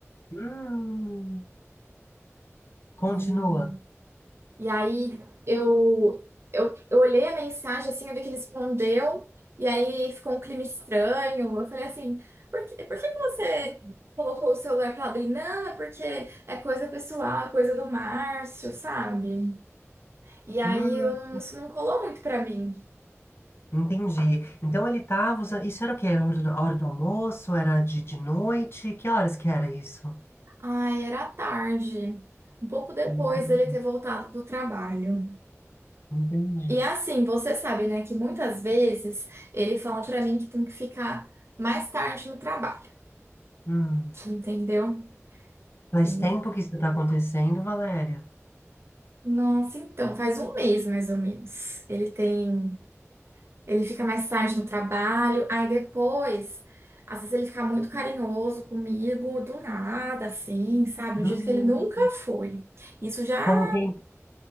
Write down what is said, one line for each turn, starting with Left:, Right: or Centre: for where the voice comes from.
Left: Hum, continua.
Right: E, e aí eu, eu, eu olhei a mensagem assim, eu vi que ele respondeu, e aí ficou um clima estranho. Eu falei assim, por que, por que que você colocou o celular pra lá? Ele, não, é porque é coisa pessoal, é coisa do Márcio, sabe? E aí
Left: Hum,
Right: eu, não- isso não colou muito pra mim.
Left: entendi. Então ele estava usando. Isso era o quê? Era a hora do a hora do almoço? Era de, de noite? Que horas que era isso?
Right: Ai, era tarde. Um pouco depois
Left: Hum,
Right: dele ter voltado do trabalho.
Left: Entendi.
Right: E assim, você sabe, né, que muitas vezes ele fala pra mim que tem que ficar mais tarde no trabalho,
Left: Hum,
Right: entendeu?
Left: faz
Right: E
Left: tempo que isso está acontecendo, Valéria.
Right: nossa, então, faz um mês mais ou menos. Ele tem, ele fica mais tarde no trabalho, aí depois, às vezes ele fica muito carinhoso comigo do nada, assim, sabe? Do
Left: Hum,
Right: jeito que ele nunca foi. Isso já,
Left: como quem,